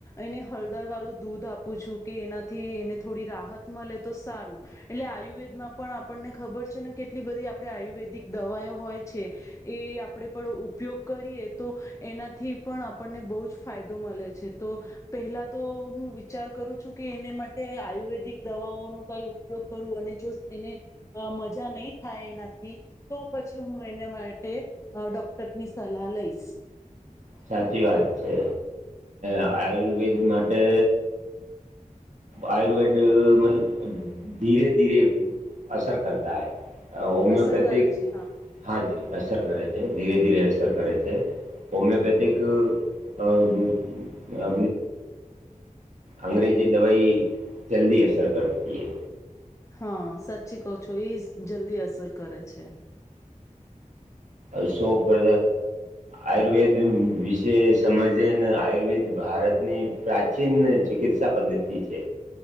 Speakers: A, on the left; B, on the right.
A: એને હળદર વાળું દૂધ આપું છું કે એનાથી એને થોડી રાહત મળે તો સારું એલે આયુર્વેદમાં પણ આપણને ખબર છે ને કેટલી બધી આપે આયુર્વેદિક દવાઓ હોય છે એ આપણે પણ ઉપયોગ કરીએ તો એનાથી પણ આપણને બહુ જ ફાયદો મલે છે તો પહેલા તો હું વિચાર કરું છું કે એને માટે આયુર્વેદિક દવાઓનું કઈ ઉપયોગ કરું અને જો એને મજા નહી થાય એનાથી તો પછી હું એને માટે ડોક્ટરની સલાહ લઈશ
B: સાચી વાત છે, અ આયુર્વેદ માટે. આયુર્વેદ માં ધીરે ધીરે અસર કરતા હૈ. હોમિયોપેથિક.
A: અસર કરે છે
B: હા, જ અસર કરે છે, ધીરે ધીરે અસર કરે છે. હોમેંપેથિક <unintelligible> અ અંગ્રેજ એ દવાઈ જલ્દી અસર કરતી હે.
A: હા, સાચી કહો છો, એ જ જલ્દી અસર કરે છે.
B: <unintelligible> શો પર આયુર્વેદ વિશે સમજેને, આયુર્વેદ ભારતની. પ્રાચીન ચિકિત્સા પદ્ધતિ છે,